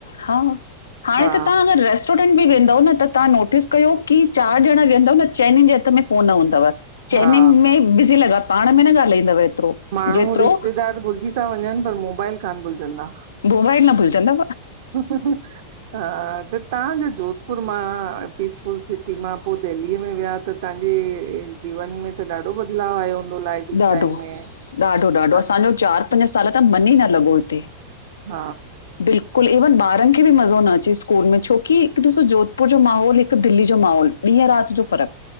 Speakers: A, on the left; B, on the right.
A: हा, हाणे
B: हा
A: त तां अगर रेस्ट स्टोरेंट बि वेंदव न त तहां नोटिस कयो कि चार ॼणा वेयंदव न चइनिन जे हथ में फ़ोन हूंदव। चइनिन
B: हा
A: में बिज़ी लॻा पाण में न ॻाल्हाईंदव एतिरो।
B: माण्हू
A: जेतिरो
B: रिश्तेदार भुलिजी था वंञनि पर मोबाइल कोन भुलजंदा।
A: मोबाइल न भुलजंदा।
B: <inaudible> त तहां जे जोधपुर मां पीसफुल सिटी मां पो देहली में विया त तव्हांजे जीवन में त ॾाढो बदलाव आयो हूंदो लाइफ
A: ॾाढो,
B: स्टाइल में
A: ॾाढो-ॾाढो
B: हा
A: असांजो चार पंज साल त मन ई न लॻो हिते
B: हा
A: बिल कुल इवन ॿारनि खे बि मज़ो न अचे स्कूल में छोकी हिकु ॾिसो जोधपुर जो माहौल हिकु दिल्ली जो माहौल ॾींहं राति जो फ़रक,